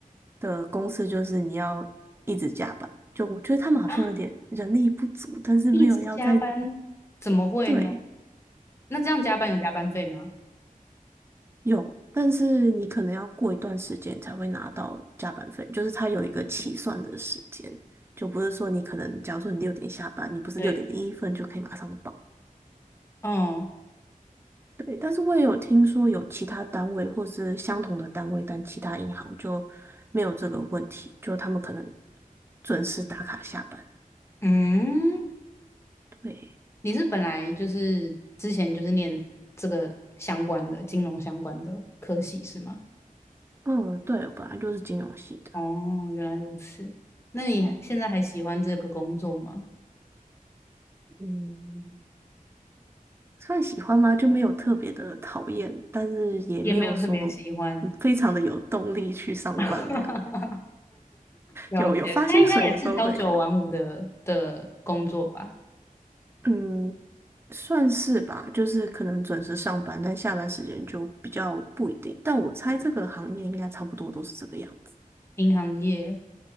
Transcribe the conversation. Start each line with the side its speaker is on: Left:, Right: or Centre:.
Right: 的公司，就是你要一直加班。就我觉得他们好像有点人力不足，
Left: 啊，
Right: 但是没有要在，
Left: 一直加班，怎么会呢？
Right: 对，
Left: 那这样加班有加班费吗？
Right: 有，但是你可能要过一段时间才会拿到加班费，就是它有一个起算的时间，就不是说你可能假如说你六点下班，你不是六点零一分就可以马上到。
Left: 对，哦，
Right: 对，但是我也有听说有其他单位或是相同的单位，但其他银行就没有这个问题，就他们可能准时打卡下班。
Left: 嗯。
Right: 对，
Left: 你是本来就是之前就是念这个相关的金融相关的科系是吗？
Right: 嗯，对，我本来就是金融系的，
Left: 哦，原来如此。那你现在还喜欢这个工作吗？
Right: 嗯，算喜欢吗？就没有特别的讨厌，但是也没有说嗯非常的有动力去上班这样。
Left: 也没有特别喜欢，<laughs> 了解。
Right: 有有发薪水的时候会有，
Left: 他应该也是朝九晚五的的工作吧？
Right: 嗯，算是吧，就是可能准时上班，但下班时间就比较不一定。但我猜这个行业应该差不多都是这个样子。
Left: 银行业，